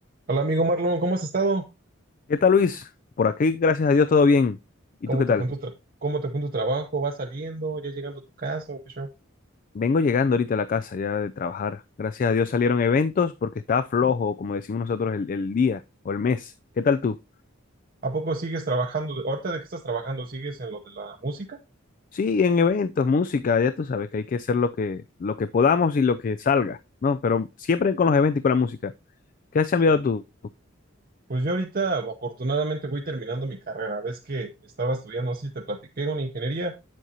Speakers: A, on the right; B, on the left.
A: Hola amigo Marlon, ¿cómo has estado?
B: ¿Qué tal, Luis? Por aquí, gracias a Dios, todo bien. ¿Y
A: ¿Cómo
B: tú qué
A: te
B: tal?
A: fue en tu tra- cómo te fue en tu trabajo? ¿Vas saliendo? ¿Ya llegando a tu casa? ¿O qué show?
B: Vengo llegando ahorita a la casa ya de trabajar. Gracias a Dios salieron eventos porque estaba flojo, como decimos nosotros, el, el día o el mes. ¿Qué tal tú?
A: ¿A poco sigues trabajando? ¿Ahorita de qué estás trabajando? ¿Sigues en lo de la música?
B: Sí, en eventos, música, ya tú sabes que hay que hacer lo que, lo que podamos y lo que salga, ¿no? Pero siempre con los eventos y con la música. ¿Qué has cambiado
A: Sí.
B: tú?
A: Pues yo ahorita afortunadamente voy terminando mi carrera. Ves que estaba estudiando, no sé si te platiqué, una ingeniería.